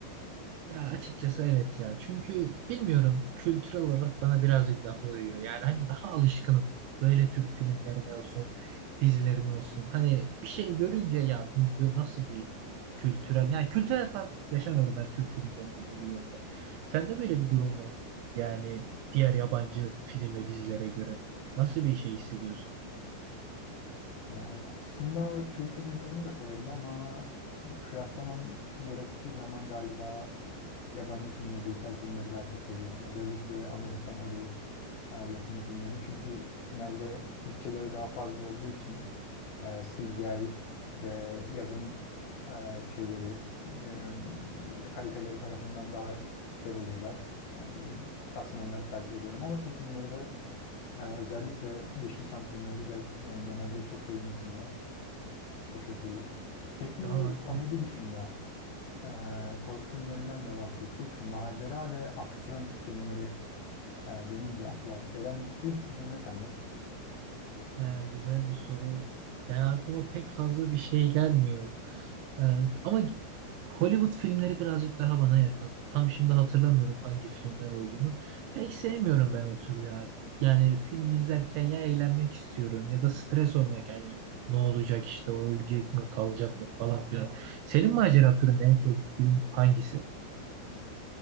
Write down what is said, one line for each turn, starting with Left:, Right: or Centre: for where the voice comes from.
Right: Ya açıkçası evet ya. Çünkü bilmiyorum kültürel olarak bana birazcık daha uyuyor. Yani hani daha alışkınım. Böyle Türk filmlerine olsun, dizilerine olsun. Hani bir şey görünce ya bu, bu nasıl bir kültürel yani kültürel farklılık yaşamıyorum ben Türk filmlerinde, dizilerinde. Sende böyle bir durum var mı? Yani diğer yabancı film ve dizilere göre nasıl bir şey hissediyorsun?
Left: Yani aslında Türk filmlerini de severim ama kıyaslamam gerektiği zaman galiba Yabancı filmleri, İtalyan filmleri daha çok seviyorum. Özellikle Amerikan Hollywood e, yapımı filmleri. Çünkü genelde bütçeleri daha fazla olduğu için e, CGI ve yazım e, şeyleri e, böyle kaliteleri tarafından daha güzel oluyorlar. Yani şahsen onları tercih ediyorum ama Türk filmleri de e, özellikle Yeşilçam filmleri gel, yani genelde çok sevdiğim filmler o şekilde. Peki
Right: Ya,
Left: komedi dışında ee, korku filmlerinden de bahsettik. Macera ve aksiyon filmleri e, denince akla gelen ilk film ne sende?
Right: e, e, güzel bir soru. Yani aklıma pek fazla bir şey gelmiyor. Ee, ama Hollywood filmleri birazcık daha bana yakın. Tam şimdi hatırlamıyorum hangi filmler olduğunu. Pek sevmiyorum ben o türü ya. Yani film izlerken ya eğlenmek istiyorum ya da stres olmak yani ne olacak işte o ölecek mi kalacak mı falan filan. Senin macera türünde en sevdiğin film hangisi?